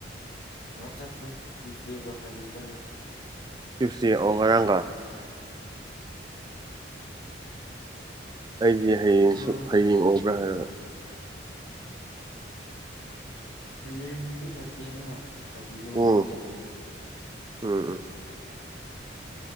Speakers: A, on the left; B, on the right.
A: ꯑ ꯆꯠꯇꯦ ꯇ꯭ꯌꯨꯁꯗꯦꯒ ꯐ꯭ꯔꯥꯏꯗꯦ ꯆꯠꯂꯦ
B: ꯆꯨꯞꯁꯦ ꯑꯣ ꯉꯔꯥꯡꯒ ꯑꯩꯗꯤ ꯍꯌꯦꯡꯁꯨ
A: ꯍꯣꯏ
B: ꯍꯌꯦꯡ ꯑꯣꯏꯕ꯭ꯔꯥ ꯍꯥꯏꯔꯒ
A: ꯍꯌꯦꯡꯗꯤ ꯊꯔꯁꯗꯦꯅꯤꯅ ꯐ꯭ꯔꯥꯏꯗꯦꯗ ꯑꯣꯏꯅ
B: ꯎꯝ
A: ꯑꯃꯨꯛ ꯆꯠꯂꯅꯤ
B: ꯎꯝ ꯎꯝ